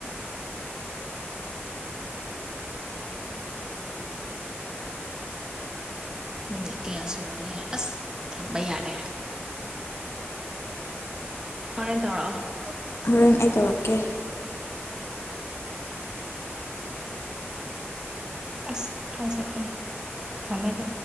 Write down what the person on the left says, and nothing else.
ꯍꯦꯟ ꯑꯩ ꯇꯀꯦ